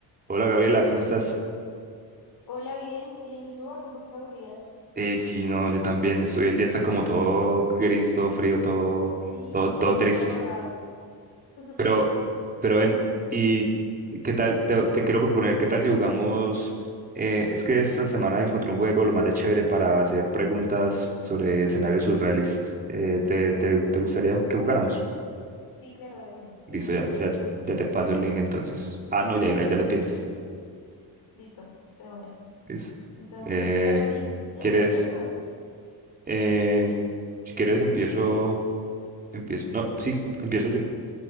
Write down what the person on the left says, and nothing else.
Hola, bien, bien. ¿Y tú? Aquí un poquito aburrida.
Sí,
está
todo apagado. <laughs>
Sí, claro, de una, de
una
y lo debatimos,
de una.
Listo, de una.
Entonces,
ya lo abrí. Eh,
¿empiezo o empiezas?